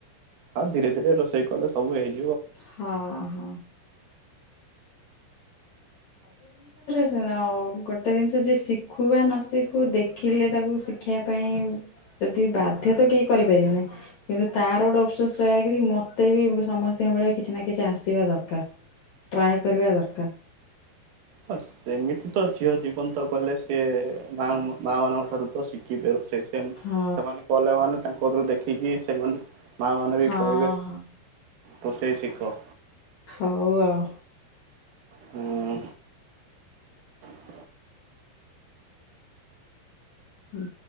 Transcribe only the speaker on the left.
ହଁ ହଁ। ଯ ଆଉ ଗୋଟେ ଜିନିଷ ଯିଏ ଶିଖୁ ବା ନ ଶିଖୁ ଦେଖିଲେ ତାକୁ ଶିଖିବା ପାଇଁ ଯଦି ବାଧ୍ୟ ତ କେହି କରିପାରିବେ ନାହିଁ। କିନ୍ତୁ ତାର ଗୋଟେ ଅଫସୋସ ରହକରି ମତେ ବି ସମସ୍ତଙ୍କ ଭଳିଆ କିଛି ନା କିଛି ଆସିବା ଦରକାର ଟ୍ରାଏ କରିବା ଦରକାର।
ହଁ
ହଁ ହଁ
ହଉ ଆଉ।
ହୁଁ।